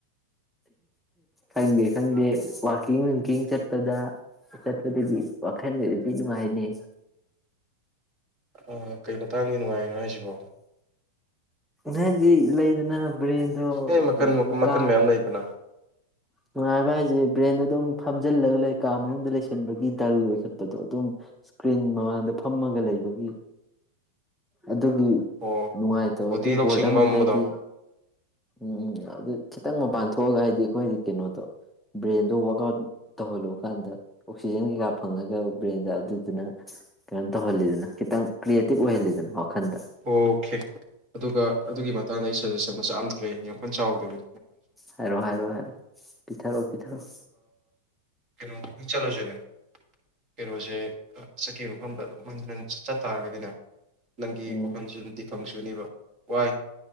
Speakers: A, in the centre; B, on the right (about 30°).
A: ꯈꯪꯗꯦ ꯈꯪꯗꯦ ꯋꯥꯋꯥꯛꯀꯤꯡ ꯅꯨꯡꯀꯤꯡ ꯆꯠꯄꯗ ꯆꯠꯄꯗꯗꯤ ꯋꯥꯈꯜꯗꯗꯗꯤ ꯅꯨꯡꯉꯥꯏꯅꯤꯩ
B: ꯑꯣ ꯀꯔꯤ ꯃꯇꯥꯡꯒꯤ ꯅꯨꯡꯉꯥꯏꯔꯤꯅꯣ ꯍꯥꯏꯁꯤꯕꯣ
A: ꯍꯗꯤ ꯂꯩ ꯑꯗꯨꯅꯕꯔꯤ ꯑꯗꯨ
B: ꯑꯦ
A: ꯑꯗꯨ
B: ꯃꯈꯜ ꯃꯈꯜ
A: ꯀ
B: ꯃꯌꯥꯝ ꯂꯩꯗꯅ
A: ꯅꯨꯡꯉꯥꯏꯕ ꯍꯥꯏꯁꯦ ꯕ꯭ꯔꯦꯟꯗ ꯑꯗꯨꯝ ꯐꯝꯖꯤꯜꯂꯒ ꯂꯩꯀꯥ ꯃꯅꯨꯡꯗ ꯂꯩꯁꯤꯟꯕꯒꯤ ꯗꯜ ꯑꯣꯏꯈꯠꯄꯗꯣ ꯑꯗꯨꯝ ꯏꯁꯀ꯭ꯔꯤꯟ ꯃꯃꯥꯡꯗ ꯐꯝꯃꯒ ꯂꯩꯕꯒꯤ ꯑꯗꯨꯒꯤ
B: ꯑꯣ
A: ꯅꯨꯡꯉꯥꯏꯇꯕ
B: ꯕꯨꯙꯤ
A: ꯑꯗꯨꯒꯤ
B: ꯂꯧꯁꯤꯡ
A: ꯕꯣꯔꯗꯝꯗꯨꯗꯩꯗꯤ
B: ꯃꯝꯕꯗꯣ
A: ꯎꯝ ꯎꯝ ꯑꯗꯨ ꯈꯤꯇꯪ ꯃꯄꯥꯟ ꯊꯣꯛꯑꯒ ꯍꯥꯏꯗꯤ ꯑꯩꯈꯣꯏꯗꯤ ꯀꯩꯅꯣꯗꯣ ꯕ꯭ꯔꯦꯟꯗꯣ ꯋꯥꯔꯛꯑꯥꯎꯠ ꯇꯧꯍꯜꯂꯨ ꯀꯥꯟꯗ ꯑꯣꯛꯁꯤꯖꯦꯟ ꯀꯩꯀꯥ ꯐꯪꯉꯒ ꯕ꯭ꯔꯦꯟꯗ ꯑꯗꯨꯗꯨꯅ ꯀꯩꯅꯣ ꯇꯧꯍꯜꯂꯤꯗꯅ ꯈꯤꯇꯪ ꯀ꯭ꯔꯤꯌꯦꯇꯤꯞ ꯑꯣꯏꯍꯜꯂꯤꯗꯅ ꯋꯥꯈꯟꯗ
B: ꯑꯣꯀꯦ ꯑꯗꯨꯒ ꯑꯗꯨꯒꯤ ꯃꯇꯥꯡꯗ ꯑꯩ ꯁꯖꯦꯁꯟ ꯃꯆꯥ ꯑꯃꯇ ꯂꯩ ꯌꯦꯡꯉ ꯀꯟꯆꯥꯎ ꯦꯜꯂꯤ
A: ꯍꯥꯏꯔꯑꯣ ꯍꯥꯏꯔꯛꯑꯣ ꯍꯥꯏꯔꯣꯑꯣ ꯄꯤꯊꯔꯛꯑꯣ ꯄꯤꯊꯔꯛꯑꯣ
B: ꯀꯩꯅꯣꯃꯛꯇꯪ ꯆꯠꯂꯨꯁꯣꯏꯅꯦ ꯀꯩꯅꯣꯁꯦ ꯆꯠꯈꯤꯕ ꯃꯐꯝꯗ ꯑꯗꯨꯝ ꯃꯟꯖꯟ ꯍꯟ ꯆꯠ ꯇꯥꯔꯒꯗꯤꯅꯦ ꯅꯪ ꯑꯣꯈꯅꯁꯨ
A: ꯎꯝ
B: ꯐꯪꯁꯨꯅꯦꯕ ꯋꯥꯏ